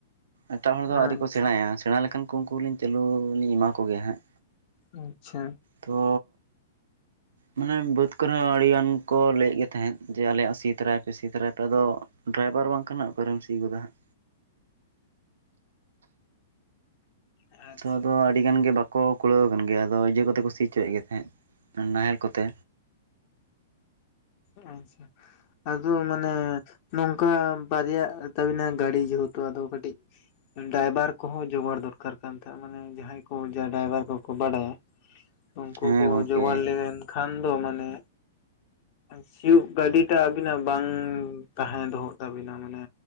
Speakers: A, on the right; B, on the left.
A: ᱮᱴᱟᱜ ᱦᱚᱲ ᱫᱚ
B: ᱟᱪᱪᱷᱟ
A: ᱟᱹᱣᱨᱤ ᱠᱚ ᱥᱮᱬᱟᱭᱟ, ᱥᱮᱬᱟ ᱞᱮᱠᱷᱟᱱ ᱩᱱᱠᱩ, ᱩᱱᱠᱩ ᱞᱤᱧ ᱪᱟᱞᱩ ᱞᱤᱧ ᱮᱢᱟ ᱠᱚᱜᱮᱭᱟ ᱦᱟᱸᱜ᱾
B: ᱟᱪᱪᱷᱟ
A: ᱛᱚ ᱢᱟᱱᱮ ᱵᱟᱹᱫᱽ ᱠᱚᱨᱮ ᱦᱚᱸ, ᱟᱹᱰᱤᱜᱟᱱ ᱠᱚ ᱞᱟᱹᱭᱮᱫ ᱜᱮ ᱛᱟᱦᱮᱫ, ᱡᱮ ᱟᱞᱮᱭᱟᱜ ᱥᱤ ᱛᱟᱨᱟᱭᱯᱮ ᱥᱤ ᱛᱚᱨᱟᱭ ᱯᱮ ᱟᱫᱚ ᱰᱨᱟᱭᱵᱷᱟᱨ ᱵᱟᱝ ᱠᱷᱟᱱ ᱦᱟᱸᱜ ᱚᱠᱟᱨᱮᱢ ᱥᱤ ᱜᱚᱫᱟ ᱦᱟᱸᱜ᱾
B: ᱟᱪᱪᱷᱟ
A: ᱛᱚ ᱟᱫᱚ ᱟᱹᱰᱤ ᱜᱟᱱ ᱜᱮ ᱵᱟᱠᱚ ᱠᱩᱲᱟᱹᱣ ᱠᱟᱱᱜᱮ, ᱟᱫᱚ ᱤᱭᱟᱹ ᱠᱚᱛᱮ ᱠᱚ ᱥᱤ ᱪᱚᱭᱮᱫ ᱜᱮ ᱛᱟᱦᱮᱸᱫ ᱱᱟᱦᱮᱞ ᱠᱚᱛᱮ᱾
B: ᱟᱪᱪᱷᱟ, ᱟᱫᱚ ᱢᱟᱱᱮ ᱱᱚᱝᱠᱟ ᱵᱟᱨᱭᱟᱜ ᱛᱟᱵᱤᱱᱟ ᱜᱟᱰᱤ ᱡᱮᱦᱮᱛᱩ ᱟᱫᱚ ᱠᱟᱹᱴᱤᱡ ᱰᱟᱭᱵᱟᱨ ᱠᱚᱦᱚᱸ ᱡᱚᱜᱟᱲ ᱫᱚᱨᱠᱟᱨ ᱠᱟᱱ ᱛᱟᱦᱮ᱾ ᱢᱟᱱᱮ ᱡᱟᱦᱟᱸᱭ ᱠᱚ ᱡᱟ ᱰᱟᱭᱵᱟᱨ ᱠᱚᱠᱚ ᱵᱟᱲᱟᱭᱟ᱾ ᱩᱱᱠᱩ
A: ᱦᱮᱸ
B: ᱠᱚ
A: ᱜᱚᱝᱠᱮ
B: ᱡᱚᱜᱟᱲ ᱞᱮᱱᱠᱷᱟᱱ ᱫᱚ ᱢᱟᱱᱮ ᱥᱤᱭᱳᱜ ᱜᱟᱹᱰᱤᱴᱟᱸ ᱟᱵᱤᱱᱟᱜ ᱵᱟᱝ ᱛᱟᱦᱮᱸ ᱫᱚᱦᱚᱜ ᱛᱟᱵᱤᱱᱟ ᱢᱟᱱᱮ